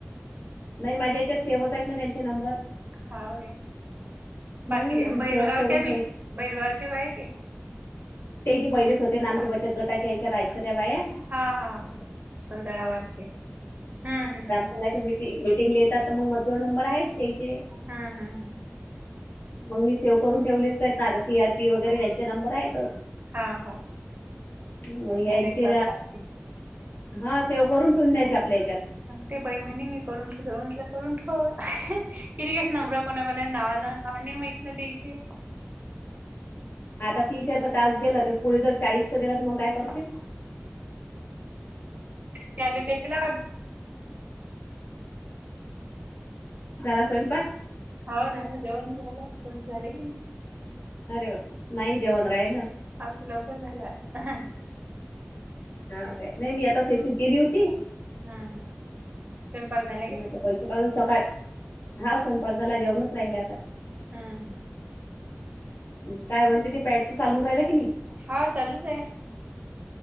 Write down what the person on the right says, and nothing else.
होागे
बाकीच्या भैरगावच्या
बी भैरगावच्या बायाचे.
हा हा हा सधळा वारके हम्म हम्म.
हम्म हम्म हम.
हा हा
मलाही
करा लागते
ते बही म्हणी मी करून ठेवत म्हटलं करून ठेवाव किती कस नमरा कोणाकणा ना ना नाही माहित ना त्याचे
त्याले त बला
हो झालं जेन झालं फन झाले क नाही
आमचं लवकर झालं
हम् हा. स्वयपाक झाले
हम्
हा चालूच आहे